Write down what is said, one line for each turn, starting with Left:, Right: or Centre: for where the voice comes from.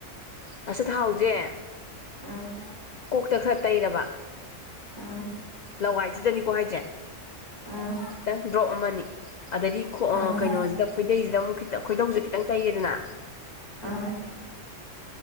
Left: ꯑꯆꯥ ꯊꯥꯎꯖꯦ
Right: ꯎꯝ
Left: ꯀꯣꯛꯇ ꯈꯔ ꯇꯩꯔꯕ
Right: ꯎꯝ
Left: ꯂꯋꯥꯏꯁꯤꯗꯅꯤꯀꯣ ꯍꯥꯏꯁꯦ
Right: ꯎꯝ
Left: ꯈꯤꯇꯪ ꯗ꯭ꯔꯣꯞ ꯑꯃꯅꯤ ꯑꯗꯗꯒꯤ
Right: ꯎꯝ
Left: ꯀꯩꯅꯣꯁꯤꯗ ꯈꯣꯏꯗꯩꯁꯤꯗ ꯑꯃꯨꯛ ꯈꯤ ꯈꯣꯏꯗꯧꯁꯤꯦꯗ ꯈꯤꯇꯪ ꯇꯩꯌꯦꯗꯅ
Right: ꯑ